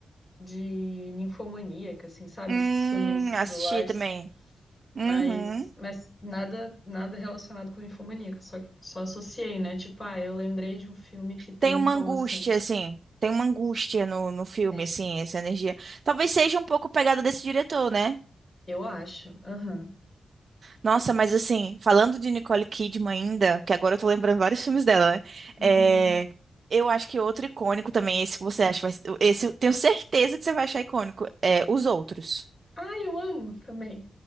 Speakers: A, on the left (about 35°); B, on the right (about 55°).
A: de ninfomaníaca, assim, sabe?
B: Hum,
A: Esses filmes
B: assisti
A: do Lars,
B: também. Uhum.
A: mas, mas nada nada relacionado com ninfomaníaca, só, só associei, né? Tipo, ah, eu lembrei de um filme que tem
B: Tem
A: um
B: uma
A: tom
B: angústia,
A: assim.
B: assim. Tem uma angústia no, no filme,
A: É,
B: assim, essa energia. Talvez seja um pouco pegada desse diretor, né?
A: eu acho. Aham.
B: Nossa, mas assim, falando de Nicole Kidman ainda, que agora eu tô lembrando vários filmes dela, né?
A: Uhum.
B: É, eu acho que outro icônico também, esse que você acha, vai- esse eu tenho certeza que você vai achar icônico, é Os Outros.
A: Ah, eu amo também.